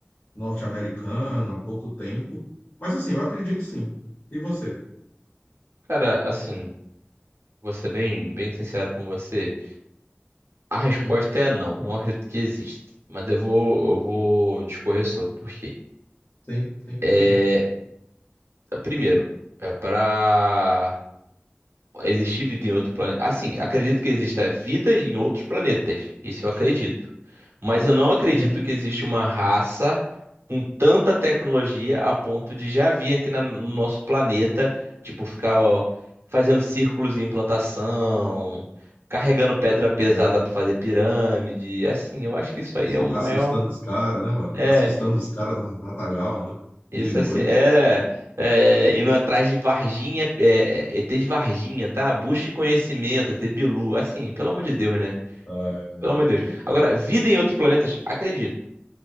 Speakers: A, on the left; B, on the right.
A: norte-americano há pouco tempo. Mas assim, eu acredito sim. E você?
B: Cara, assim, vou ser bem, bem sincero com você. A resposta
A: Hum,
B: é não, não acredito que exista. Mas eu vou, eu vou discorrer sobre por quê.
A: sim, sim,
B: É,
A: pois não.
B: primeiro, é para existir vida em outro planeta. Assim, acredito que exista vida em outros planetas. Isso eu acredito. Mas eu não acredito
A: Uhum.
B: que existe uma raça. com tanta tecnologia a ponto de já vir aqui na- no nosso planeta, tipo, ficar ó, fazendo círculos em implantação, carregando pedra pesada
A: É.
B: para fazer pirâmide. Assim, eu acho que isso aí
A: Assu-
B: é o maior.
A: Assustando os caras, né, mano?
B: É,
A: Assustando os caras no matagal, né? De
B: isso
A: noite.
B: assim, é, é, indo atrás de Varginha, é, é, ET de Varginha, tá? Busque conhecimento, ET Bilu, assim, pelo amor de Deus, né?
A: Ai, mano.
B: Pelo amor de Deus. Agora,
A: É,
B: vida em outros planetas, acredito.